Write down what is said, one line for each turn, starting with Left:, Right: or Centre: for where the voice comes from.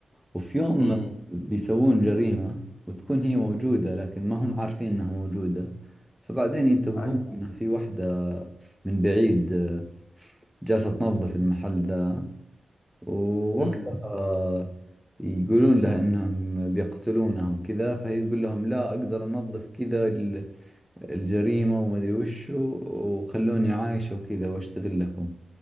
Centre: وفي يوم
Left: امم
Centre: بيسوون جريمة وتكون هي موجودة لكن ما هم عارفين إنها موجودة فبعدين ينتبهون
Left: ايوه
Centre: إن في واحدة من بعيد آه، جالسة تنظف المحل ذا ووقتها
Left: امم
Centre: يقولون لها إنهم بيقتلونها وكذا فهي تقول لهم لا أقدر أنظف كذا الجريمة وما أدري وشو وخلوني عايشة وكذا وأشتغل لكم